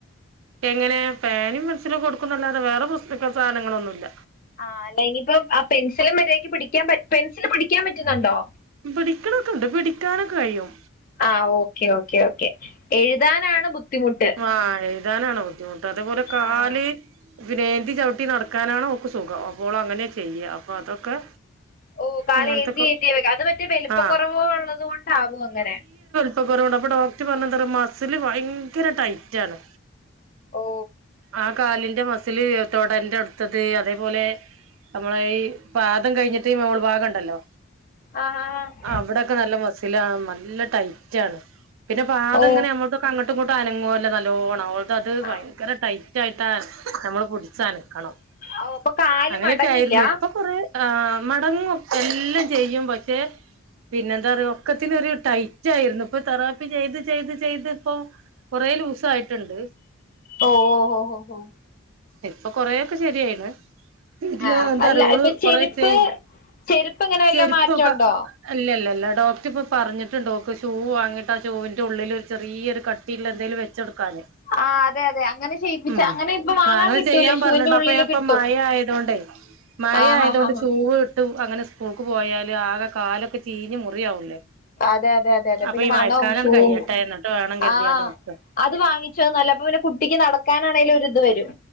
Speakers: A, on the right (about 70°); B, on the left (about 40°).
A: എങ്ങനെ പേനിം പെൻസിലും കൊടുക്കുന്നല്ലാതെ വേറെ പുസ്തക്ക സാധനങ്ങളൊന്നുല്ല.
B: ആഹ അല്ല ഇനിയിപ്പം ആ പെൻസില് മര്യാദക്ക് പിടിക്കാൻ, പെൻസൽ പിടിക്കാൻ പറ്റുന്നുണ്ടോ?
A: പിടിക്ണൊക്കെണ്ട് പിടിക്കാനൊക്കെ കഴിയും.
B: ആ ഓക്കെ ഓക്കെ ഓക്കെ എഴുതാനാണ് ബുദ്ധിമുട്ട്.
A: ആഹ എഴുതാനാണ് ബുദ്ധിമുട്ട് അതേപോലെ കാല്.
B: ആ
A: ഇവനേന്തി ചവിട്ടി നടക്കാനാണ് ഓക്ക് സുഖം അപ്പോൾ അങ്ങനെ ചെയ്യ അപ്പൊ അതൊക്കെ.
B: ഓ കാല്
A: അങ്ങനത്തൊക്കെ
B: ഏന്തിഏന്തിയാ അത് പറ്റേ വലുപ്പ
A: ആഹ്
B: കുറവ് ഉള്ളതോണ്ടാവും അങ്ങനെ.
A: ഇപ്പൊ കുറ അപ്പൊ ഡോക്ടർ പറഞ്ഞ മസില് ഭയങ്കര ടൈറ്റ് ആണ്.
B: ഓ
A: ആ കാലിന്റെ മസില് തൊടന്റെ അവ്ട് ത്തത് അതേപോലെ നമ്മള ഈ പാദം കഴിഞ്ഞിട്ട് മോൾ ഭാഗംണ്ടല്ലോ.
B: ആ ആ ആ.
A: അവിടൊക്കെ നല്ല മസീലാണ് നല്ല ടൈറ്റാണ്. പിന്നെ പാത
B: ഓ
A: ഇങ്ങനെ നമകൊക്കെ അങ്ങട്ടും ഇങ്ങോട്ടുംഅനങ്ങു ല്ലോ നല്ലോണം. അ അത്
B: ആ
A: ഭയങ്കര ടൈറ്റായിട്ടാ നമ്മള് പുടിച്ചനക്കണം.
B: ഓ അപ്പൊ കാല്
A: അങ്ങനെയൊക്കെ
B: മടങ്ങില്ല
A: ആയിരുന്നു ഇപ്പൊ ഫുൾ മടങ്ങും എല്ലാം ചെയ്യും പക്ഷെ. പിന്നെ എന്താ പറയ ഒക്കത്തിനൊരു ടൈറ്റ് ആയിരുന്നു ഇപ്പൊ തെറാപ്പി ചെയ്ത് ചെയ്ത് ചെയ്ത് ഇപ്പൊ. കൊറേ ലുസായിട്ടുണ്ട്.
B: ഓ ഓ ഓ ഓ ഓ.
A: ഇപ്പൊ കൊറെക്കെ ശെരിയായിണ്. പിന്നെ
B: ആ
A: എന്താറിയോ
B: അല്ല
A: ഓള്
B: ഇപ്പൊ
A: കൊറ
B: ചെരുപ്പ്
A: ച
B: ചെരുപ്പ് ഇങ്ങനെ വല്ല
A: ചെരുപ്പൊക്കെ.
B: മാറ്റമുണ്ടോ
A: അല്ലല്ല അല്ല ഡോക്ടർ ഇപ്പൊ പറഞ്ഞിട്ടു ഓള്ക് ഷൂ വാങ്ങിട്ട് ആ ചൂവിന്റെ ഉള്ളിൽ ഒരു ചെറ്യ കട്ട്. ട്ടിള്ളഎന്തേലും വെച്ചൊടുക്കാന്.
B: ആ അതെ അതെ അങ്ങനെ ചെയ്യിപ്പിച്ച
A: ഉം
B: അങ്ങനെ ഇപ്പൊ വാങ്ങാൻ
A: നാളെ
B: കിട്ടൂല
A: ചെയ്യാൻ
B: ഷൂവിന്റെ
A: പറഞ്ഞിട്
B: ഉള്ളില്
A: അപ്പൊ ഞാൻ ഇപ്പ
B: കിട്ടും
A: മഴ ആയതോണ്ടേ. മഴ
B: ആ
A: ആയതോണ്ട്
B: ഹാ ഹാ ഹാ
A: ഷൂവ് ഇട്ട് അങ്ങനെ സ്കൂൾക്ക് പോയാല് ആകെ കാലൊക്കെ ചീഞ്ഞ് മുറിയാവൂലേ
B: അതെ അതെ അതെ അതെ
A: അപ്പൊ
B: പിന്നെ
A: ഈ
B: മണം
A: മഴക്കാലാണ്
B: ഷൂവും
A: കയ്യട്ടെ എന്നിട്ട് വേണം കരുതിയാണ്ട്
B: ആഹ്
A: നിക്ക
B: അത് വാങ്ങിച്ചോന്നല്ല അപ്പൊ പിന്നെ കുട്ടിക്ക് നടക്കാനാണെങ്കലും ഒരിത് വരും.